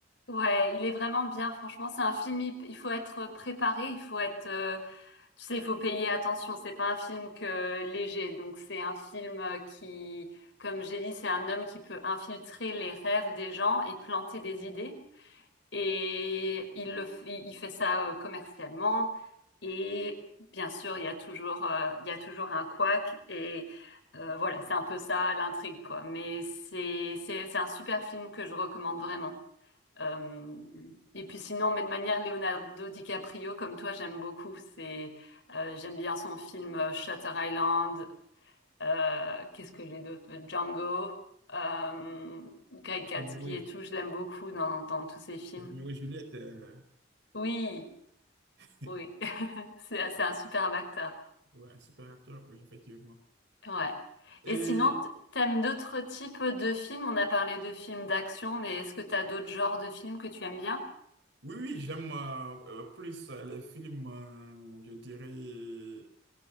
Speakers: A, on the left (about 70°); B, on the right (about 65°).
A: Ouais, il est vraiment bien, franchement, c'est un film, hip- il faut être euh, préparé, il faut être, euh, tu sais, il faut payer attention, c'est pas un film que euh, léger, donc c'est un film euh, qui, comme j'ai dit, c'est un homme qui peut infiltrer les rêves des gens et planter des idées, et il le, f- il il fait ça euh, commercialement, et bien sûr, il y a toujours, euh, il y a toujours un couac, et euh, voilà, c'est un peu ça l'intrigue, quoi, mais c'est, c'est, c'est un super film que je recommande vraiment. Euh, et puis sinon, mais de manière Leonardo DiCaprio, comme toi, j'aime beaucoup. C'est, euh, j'aime bien son film euh, Shutter Island. euh, qu'est-ce que j'ai d'autre? Euh, Django, euh, Great Gatsby
B: Roméo et,
A: et
B: Ju-
A: tout. Je l'aime beaucoup dans, dans tous ses films.
B: Roméo et Juliette, euh,
A: Oui,
B: <laughs>
A: oui, <laughs> c'est, c'est
B: ouais,
A: un superbe acteur.
B: ouais, un super acteur, oui, effectivement.
A: Ouais.
B: Et
A: Et sinon, t- t'aimes d'autres types de films? On a parlé de films d'action, mais est-ce que t'as d'autres genres de films que tu aimes bien?
B: oui, oui, j'aime euh, euh, plus euh, les films, euh, je dirais,